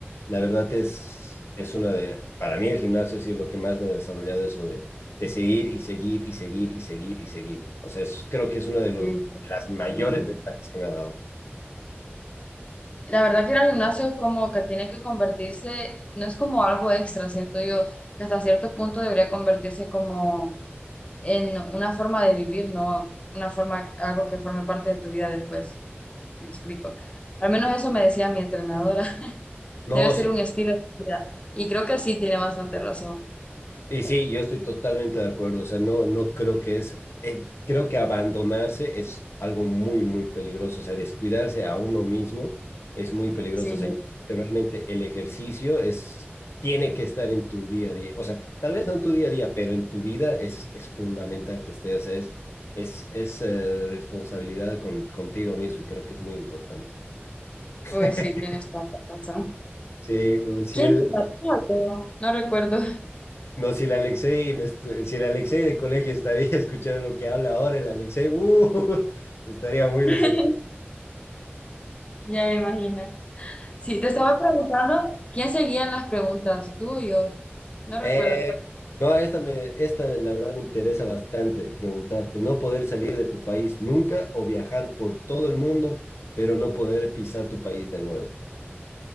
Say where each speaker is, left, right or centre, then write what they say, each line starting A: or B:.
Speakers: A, on the left; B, on the left.
A: la verdad es, es una de, para mí el gimnasio ha sido lo que más me ha desarrollado eso de, de seguir y seguir y seguir y seguir y seguir. O sea, es- creo que es una de, los,
B: Mm,
A: de las mayores
B: exactamente.
A: ventajas que me ha dado.
B: La verdad que ir al gimnasio es como que tiene que convertirse, no es como algo extra, siento yo, que hasta cierto punto debería convertirse como en una forma de vivir, no una forma, algo que forme parte de tu vida después. Me explico. Al menos eso me decía mi entrenadora. <laughs>
A: No,
B: Debe ser
A: sí,
B: un estilo de vida. Y creo que sí tiene bastante razón.
A: Y sí, yo estoy totalmente de acuerdo. O sea, no, no creo que es, eh, creo que abandonarse es algo muy, muy peligroso. O sea, descuidarse a uno mismo es muy peligroso.
B: Sí,
A: O sea, yo creo que realmente el ejercicio es, tiene que estar en tu día a día. O sea, tal vez no en tu día a día, pero en tu vida es, es fundamental que esté. O sea, es, es, es eh, responsabilidad con, contigo mismo y creo que es muy importante. <laughs>
B: uy, sí, tienes toda la razón.
A: Sí, sí,
B: ¿Quién
A: el,
B: <laughs> la puso? No recuerdo.
A: No, si el Alexei, me estu- si el Alexei de colegio estaría <laughs> escuchando lo que habla ahora, el Alexei, uh, <laughs> estaría muy
B: <laughs>
A: decepcionado.
B: Ya me imagino. Sí, te estaba preguntando quién seguían las preguntas, tú y yo. No recuerdo.
A: Eh, no, esta, me, esta la verdad me interesa bastante preguntarte. No poder salir de tu país nunca o viajar por todo el mundo, pero no poder pisar tu país de nuevo.